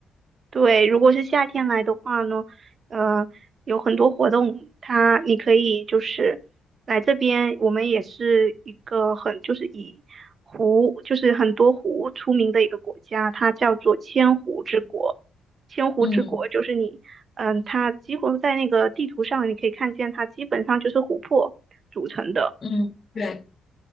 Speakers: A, on the right (about 45°); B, on the left (about 40°).
A: 对，如果是夏天来的话呢，呃，有很多活动，它你可以就是来这边，我们也是一个很就是以湖就是很多湖出名的一个国家，它叫做千湖之国。千湖之国就是你，
B: 嗯
A: 嗯，它几乎在那个地图上你可以看见，它基本上就是湖泊组成的。
B: 嗯对，